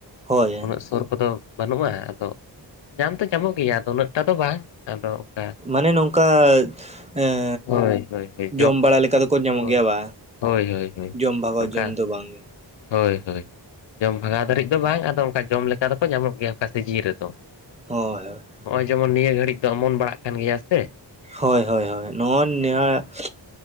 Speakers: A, on the right; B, on the left.
A: ᱦᱳᱭ
B: ᱩᱱᱟᱹᱜ ᱥᱩᱨ ᱠᱚᱫᱚ ᱵᱟᱹᱱᱩᱜᱼᱟ, ᱟᱫᱚ ᱧᱟᱢ ᱫᱚ ᱧᱟᱢᱚᱜ ᱜᱮᱭᱟ ᱟᱫᱚ ᱩᱱᱟᱹᱜ ᱴᱟ ᱫᱚ ᱵᱟᱝ ᱟᱫᱚ ᱚᱱᱠᱟ
A: ᱢᱟᱱᱮ ᱱᱚᱝᱠᱟ ᱮᱸ
B: ᱦᱳᱭ ᱦᱳᱭ ᱦᱳᱭ
A: ᱡᱚᱢ ᱵᱟᱲᱟ ᱚᱠᱟ ᱞᱮᱠᱟ ᱫᱚᱠᱚ ᱧᱟᱢᱚᱜ
B: ᱦᱳᱭ
A: ᱜᱮᱭᱟ ᱵᱟ?
B: ᱦᱳᱭ ᱦᱳᱭ ᱦᱳᱭ
A: ᱡᱚᱢ ᱵᱷᱟᱜᱟᱣ
B: ᱚᱱᱠᱟ
A: ᱡᱚᱢ ᱫᱚ ᱵᱟᱝ ᱜᱮ ᱾
B: ᱦᱳᱭ ᱦᱳᱭ ᱡᱚᱢ ᱵᱷᱟᱜᱟᱣ ᱫᱷᱟᱹᱨᱤᱡ ᱫᱚ ᱵᱟᱝ ᱟᱫᱚ ᱚᱱᱠᱟ ᱡᱚᱢ ᱞᱮᱠᱟ ᱫᱚᱠᱚ ᱧᱟᱢᱚᱜ ᱜᱮᱭᱟ ᱚᱱᱠᱟ ᱥᱤᱡᱤᱱ ᱨᱮᱫᱚ ᱾
A: ᱦᱳᱭ ᱦᱳᱭ ᱾
B: ᱦᱚᱸᱜᱼᱚᱭ ᱡᱮᱢᱚᱱ ᱱᱤᱭᱟᱹ ᱜᱷᱟᱹᱲᱤᱡ ᱫᱚ ᱚᱢᱚᱱ ᱵᱟᱲᱟᱜ ᱠᱟᱱ ᱜᱮᱭᱟ ᱥᱮ ᱾
A: ᱦᱳᱭ ᱦᱳᱭ ᱦᱳᱭ ᱱᱚᱜᱼᱚᱭ ᱱᱤᱭᱟ